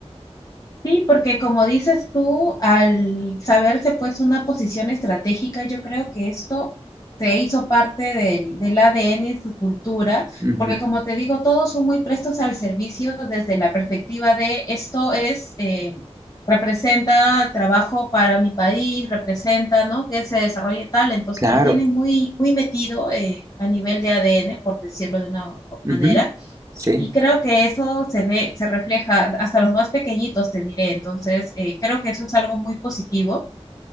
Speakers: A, on the left (about 35°); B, on the right (about 25°).
A: Sí, porque como dices tú, al saberse pues una posición estratégica, yo creo que esto se hizo parte del, del ADN y su cultura,
B: Ujú,
A: porque como te digo, todos son muy prestos al servicio desde la perspectiva de esto es, eh, representa trabajo para mi país, representa, ¿no? Que se desarrolle tal, entonces
B: Claro.
A: lo tienen muy, muy metido eh, a nivel de ADN, por decirlo de una
B: ujú,
A: manera.
B: Sí.
A: Y creo que eso se ve, se refleja hasta los más pequeñitos, te diré. Entonces, eh, creo que eso es algo muy positivo.